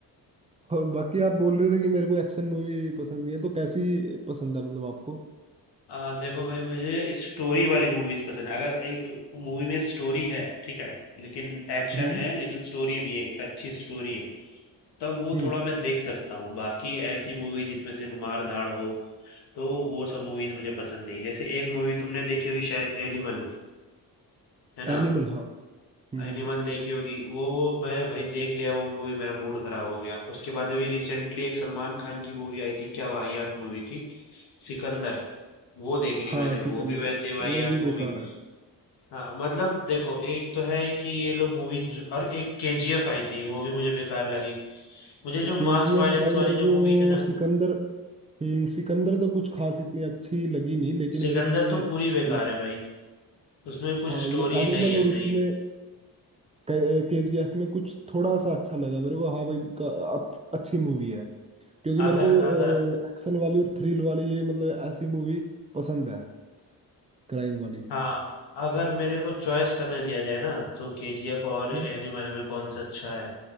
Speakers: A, on the right; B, on the left.
A: हाँ, बाकी आप बोल रहे थे कि मेरे को एक्शन मूवी पसंद नहीं है तो कैसी पसंद है मतलब आपको
B: आ, देखो भाई मुझे स्टोरी वाली मूवीज पसंद है अगर एक मूवी में स्टोरी है ठीक है लेकिन एक्शन
A: हम्म
B: है लेकिन स्टोरी भी है एक अच्छी स्टोरी है तब वो
A: हम्म
B: थोड़ा मैं देख सकता हूँ बाकी ऐसी मूवी जिसमें सिर्फ मार धाड़ हो तो वो सब मूवीज मुझे पसंद नहीं जैसे एक मूवी तुमने देखी होगी शायद एनिमल है ना
A: एनिमल हाँ हम्म
B: एनिमल
A: हम्म, हम्म।
B: देखी होगी वो वो मैं भाई देख लिया वो मूवी मेरा मूड खराब हो गया उसके बाद अभी रिसेंटली एक सलमान खान की मूवी आई थी क्या वाहियात मूवी थी सिकंदर वो देख
A: हाँ
B: ली मैंने
A: सिकंदर
B: वो भी वैसे वाहियात
A: वो भी बेकार
B: मूवी
A: है
B: हाँ मतलब देखो एक तो है कि ये लोग मूवीज और एक केजीएफ आई थी वो भी मुझे बेकार लगी मुझे जो
A: केजीएफ
B: मास वायलेंस
A: भाई
B: वाली
A: मेरे
B: जो
A: को
B: मूवी है ना
A: सिकंदर हम्म सिकंदर तो कुछ खास इतनी अच्छी लगी नहीं लेकिन
B: सिकंदर
A: मेरे को जो ये
B: तो पूरी बेकार
A: ल-
B: है भाई उसमें कुछ
A: हाँ
B: स्टोरी
A: ये एनिमल
B: ही नहीं है
A: और उसमें
B: सही
A: केजीएफ में कुछ थोड़ा सा अच्छा लगा मेरे को हाँ भाई का, अ- अच्छी मूवी है क्योंकि
B: अगर
A: मेरे को
B: अगर
A: एक्शन वाली और थ्रिल वाली ये मतलब ऐसी मूवी पसंद है क्राइम वाली
B: हाँ अगर मेरे को चॉइस करने दिया जाए ना तो केजीएफ और
A: हम्म।
B: एनिमल में कौन सा अच्छा है